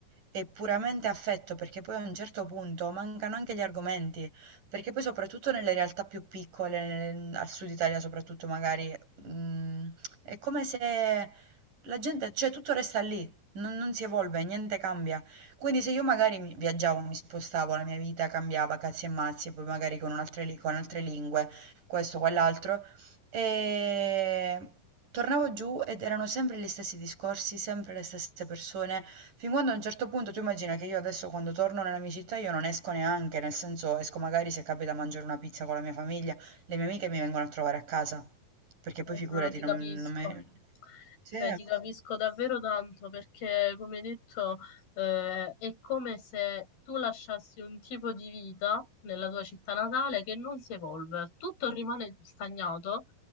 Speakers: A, on the right; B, on the left.
A: è puramente affetto, perché poi a un certo punto mancano anche gli argomenti, perché poi soprattutto nelle realtà più piccole, nel- al sud Italia soprattutto magari, mh, è come se la gente, cioè tutto resta lì. Non, non si evolve, niente cambia. Quindi se io magari mi- viaggiavo, mi spostavo, la mia vita cambiava, cazzi e mazzi, e poi magari con un'altra li- con altre lingue, questo, quell'altro, e tornavo giù ed erano sempre gli stessi discorsi, sempre le stesse persone, fin quando a un certo punto tu immagina che io adesso quando torno nella mia città io non esco neanche, nel senso esco magari se capita a mangiare una pizza con la mia famiglia, le mie amiche mi vengono a trovare a casa, perché
B: Eh,
A: poi figurati,
B: Ma ti
A: non,
B: capisco,
A: non me... Sì,
B: cioè ti capisco davvero tanto perché, come detto, eh, è come se tu lasciassi un tipo di vita nella tua città natale che non si evolve, tutto rimane stagnato